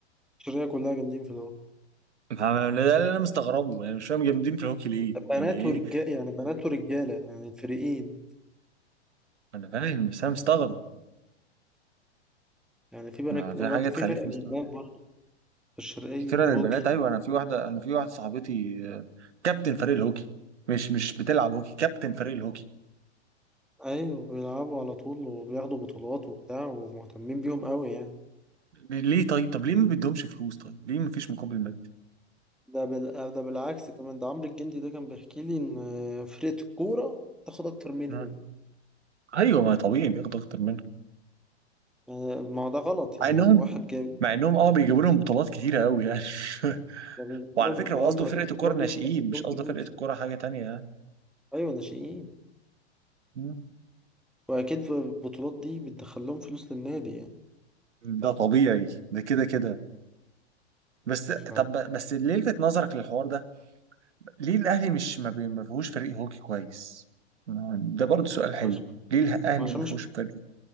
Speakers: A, in the centre; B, on the right.
A: الشرقية كلها جامدين في الهوكي
B: فاهم؟ ده اللي انا مستغربه يعني مش فاهم جامدين في الهوكي ليه
A: بنات
B: يعني ايه
A: ورجال يعني بنات ورجالة يعني الفريقين
B: انا فاهم بس انا مستغرب
A: يعني في بنات
B: ما في
A: برضه
B: حاجه تخليك
A: في فرقة
B: مستغرب
A: للبنات برضه في الشرقية
B: كتير
A: هوكي
B: للبنات ايوه انا في واحده انا في واحده صاحبتي آه، كابتن فريق الهوكي مش مش بتلعب هوكي كابتن فريق الهوكي
A: أيوة بيلعبوا على طول وبياخدوا بطولات وبتاع ومهتمين بيهم قوي يعني
B: ليه طيب طب ليه ما بيدهمش فلوس طيب ليه ما فيش مقابل مادي
A: ده بال... ده بالعكس كمان ده عمرو الجندي ده كان بيحكي لي إن فرقة الكورة تاخد أكتر منهم
B: مم. ايوه ما طبيعي بياخدوا اكتر منه
A: آه، ما هو ده غلط يعني
B: مع انهم
A: واحد جايب
B: مع انهم اه بيجيبوا لهم بطولات كتيره قوي يعني <laughs>
A: لما بيجيبوا
B: وعلى
A: لهم
B: فكره
A: بطولات
B: هو قصده
A: واكيد
B: فرقه
A: البطولات
B: الكوره الناشئين
A: دي بتدخل
B: مش
A: لهم
B: قصده
A: فلوس
B: فرقه الكوره
A: يعني
B: حاجه تانية يعني
A: ايوه ناشئين
B: مم.
A: واكيد البطولات دي بتدخل لهم فلوس للنادي يعني
B: ده طبيعي ده كده كده بس
A: ف
B: طب بس اللي لفت نظرك للحوار ده ليه الاهلي مش ما بي- ما فيهوش فريق هوكي كويس ده برضه سؤال حلو
A: عش-
B: ليه الاهلي
A: عشان
B: ما فيهوش
A: مش
B: فريق